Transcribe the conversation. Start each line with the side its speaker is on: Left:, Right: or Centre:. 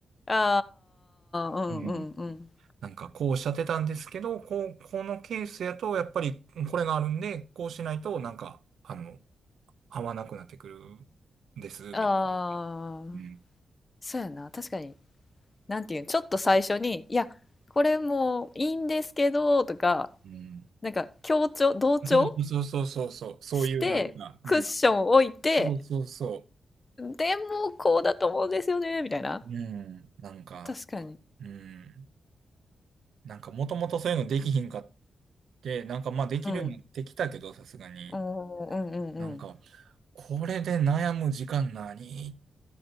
Left: ああうんうんうん
Right: うん。なんか、こうおっしゃってたんですけど、こう、このケースやと、やっぱりこれがあるんで、こうしないと、なんか、あの、合わなくなってくるんです、
Left: ああ
Right: みたいなうん。
Left: そうやな確かになんていうんちょっと最初に「いやこれもういいんですけど」とか
Right: うん。
Left: なんか強調同調
Right: そうそうそうそうそう、そういうなんか、
Left: してクッション置いて
Right: うん。そうそうそ
Left: 「でもこうだと思うんですよね」みたいな
Right: う。うん。なんか、
Left: 確かに
Right: うん。なんかもともとそういうのできひんかって、なんかまあできるようになってきたけど、
Left: うん
Right: さすがに。
Left: おーうんうんうん
Right: なんか、これで悩む時間何